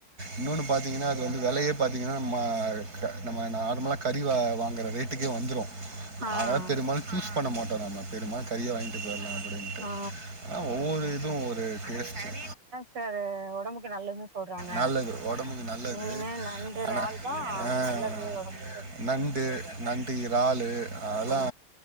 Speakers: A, on the right; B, on the right.
A: இன்னொன்னு பாத்திங்கன்னா அது வந்து வெலையே பாத்திங்கன்னா மா க நம்ம நார்மலா கறி வா வாங்கற ரேட்டுக்கே வந்துரும்
B: ஆ ஆ
A: ஆனால பெரும்பாலும் சூஸ் பண்ண மாட்டோம் நம்ம பெருமால் கறியே வாங்கிட்டு போயிடலாம் அப்டின்ட்டு
B: ஆ ஆ
A: ஆனா ஒவ்வொரு இதுவும் ஒரு டேஸ்ட்டு
B: சாரு ஒடம்புக்கு நல்லதுன் சொல்றாங்க
A: நல்லது உடம்புக்கு நல்லது
B: மீனு நண்டு இறாள்
A: ஆனால்
B: தா நல்லது ஒடம்பு
A: நண்டு நண்டு இறாலு அதுலா
B: ஆ